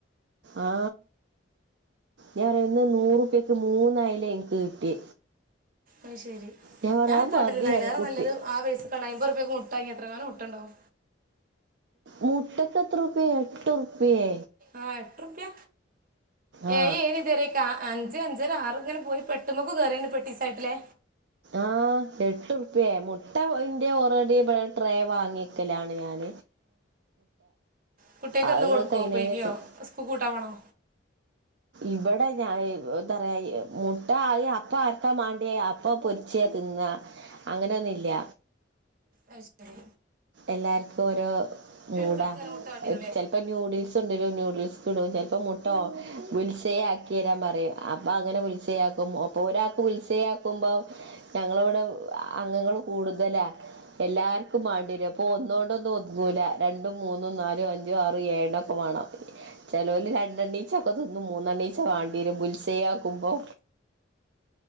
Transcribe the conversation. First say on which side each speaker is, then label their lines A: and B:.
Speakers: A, on the right; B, on the right.
A: ആ ഞാൻ റിയന്ന് നൂറുപ്യക്ക് മൂന്നയിലെ എനിക്ക് കിട്ടി
B: അ്യ്ശരി
A: ഞാൻ പറയാ
B: ഞ്ഞാത്താട്ടല്ന്നാ
A: അത് മതി
B: അയ്ലേറെ
A: പറയാ കുട്ടി
B: നല്ലത് ആ പൈസക്കാണ്ട് അയ്മ്പുർപ്പ്യക്ക് മുട്ട വാങ്ങിയ എത്രങ്ങാനം മുട്ടണ്ടാവും
A: മുട്ടക്ക് എത്രുപ്പിയെ എട്ട് ഉറുപ്യേ
B: ആ എട്ട് റുപ്യ
A: ആ
B: ഏയ് ഏയര്ന്ന് ഇതരെ അഞ്ച് അഞ്ചര ആറും ഇങ്ങനെ പോയി പെട്ടുമക്ക് കേറീണ്ട് ഇപ്പ എട്ടീസായിട്ടില്ലേ
A: ആ എട്ട്റുപ്പ്യ മുട്ട ഇന്റെ ഓറെഡി ഇവിടെ ട്രെ വാങ്ങിക്കലാണ് ഞാൻ
B: കുട്ടിയേക്ക്
A: അത്
B: എന്നും കൊടുക്കോ
A: കഴിഞ്ഞതിന്
B: പുയിങ്ങിയോ
A: ശേ-
B: സ്കൂക്ക് കൂട്ടാൻ വേണോ
A: ഇവടെ ഞാ എത്ത റയ മുട്ട ആയി അപ്പ ആർക്കാ മാണ്ടിയ പ്പൊ പൊര്ച്ചേ തിന്ന അങ്ങനെന്നില്യ
B: അയ്ശരി
A: എല്ലാര്ക്കോരോ മൂടാ
B: ഇടക്കിടക്ക് ഇങ്ങനെ മുട്ട വേണ്ടി വരൂലേ
A: ചെ പ്പ നൂഡിൽസ് കൊണ്ടരും നൂഡിൽസ്ക്ക് ഇടും ചെലപ്പോ മുട്ട ബുൽസയ് ആക്കിയരാൻ പറഞ്ഞ് അപ്പൊ അങ്ങനെ ബുൽസയ് ആക്ക അപ്പൊ ഒരാക്ക് ബുൽസയാക്കുമ്പോ ഞങ്ങളിവിടെ അംഗങ്ങള് കൂടുതലാ എല്ലാർക്കും മാണ്ടിരും അപ്പൊ ഒന്നുകൊണ്ടൊന്നും ഒതുങ്ങൂല രണ്ടും മൂന്നും നാലും അഞ്ചു ആറ് ഏഴ്‌ എണ്ണം ഒക്കെ വേണം ചലോല് രണ്ടണ്ണീച്ച ഒക്കെ തിന്നും മൂന്നണ്ണീച്ച വാണ്ടിവരും ബുൽസയ് ആക്കുമ്പോ